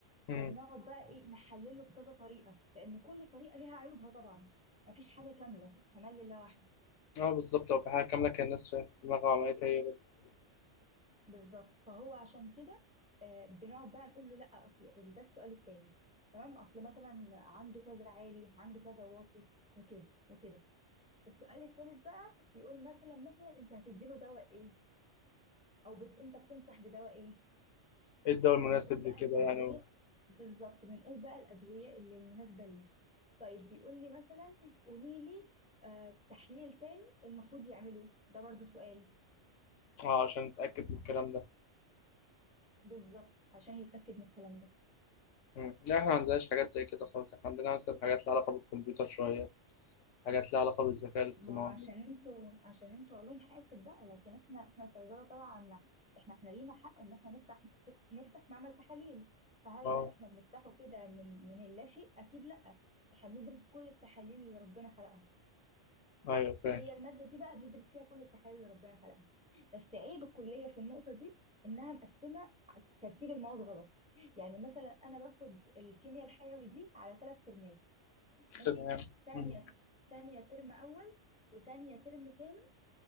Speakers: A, on the left; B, in the centre.
A: امم
B: فبنقعد بقى ايه نحلله بكذا طريقه لان كل طريقه ليها عيوبها طبعا مفيش حاجه كامله كمال لله وحده
A: اه بالظبط لو في حاجه كامله كان الناس رايحة في دماغها عملتها هي بس
B: بالظبط فهو عشان كده آه، بنقعد بقى نقول له لا اصل ده السؤال التاني تمام اصل مثلا عنده كذا عالي عنده كذا واطي وكذا وكده السؤال التالت بقى يقول مثلا مثلا انت هتديله دواء ايه او بت... انت بتنصح بدواء ايه
A: ايه الدواء المناسب
B: فبنقول بقى
A: لكده
B: الأدوية
A: يعني و...
B: بالظبط بنقول بقى الأدوية اللي المناسبة ليه طيب بيقول لي مثلا قولي لي آه تحليل تاني المفروض يعمله ده برضو سؤال
A: اه عشان نتأكد من الكلام ده
B: بالظبط عشان يتأكد من الكلام ده
A: امم لا احنا ما عندناش حاجات زي كده خالص احنا عندنا مثلا حاجات لها علاقه بالكمبيوتر شويه حاجات لها علاقه بالذكاء الاصطناعي
B: ما عشان انتوا عشان انتوا علوم حاسب بقى لكن احنا احنا صيدلة طبعا احنا احنا لينا حق ان احنا نفتح نفتح معمل تحاليل فهل
A: اه
B: ده احنا بنفتحه كده من من اللاشيء؟ أكيد لأ احنا بندرس كل التحاليل اللي ربنا خلقها
A: ايوه فاهم
B: هي المادة دي بقى بندرس فيها كل التحاليل اللي ربنا خلقها بس عيب الكلية في النقطة دي إنها مقسمة ترتيب المواد غلط يعني مثلا أنا باخد الكيمياء الحيوي دي على ثلاث ترمات ماشي
A: تمام
B: تانية
A: امم
B: تانية ترم أول وتانية ترم تاني